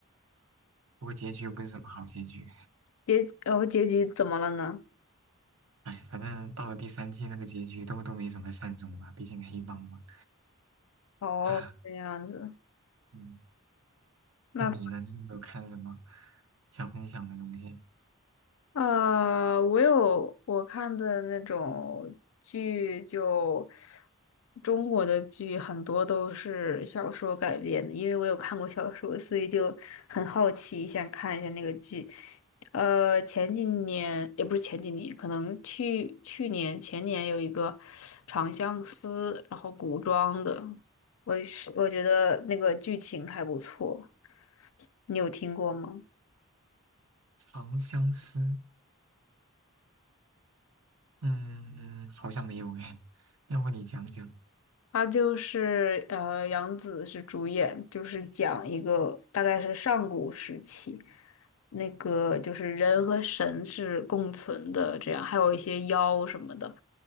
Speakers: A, on the right (about 75°); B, on the left (about 75°).
A: 不过结局又不是什么好结局，
B: 结结哦，结局怎么了呢？
A: 哎，反正到了第三季那个结局都都没什么善终吧，毕竟黑帮嘛。
B: 哦，
A: <laughs>
B: 这样子，
A: 嗯，
B: 那
A: 那你呢？你有没有看什么想分享的东西？
B: 呃，我有我看的那种剧就，中国的剧很多都是小说改编的，因为我有看过小说，所以就很好奇，想看一下那个剧。呃，前几年也不是前几年，可能去去年前年有一个《长相思》，然后古装的，我是我觉得那个剧情还不错，你有听过吗？
A: 《长相思》嗯，好像没有哎，要不你讲讲？
B: 他就是呃，杨紫是主演，就是讲一个大概是上古时期，那个就是人和神是共存的，这样还有一些妖什么的，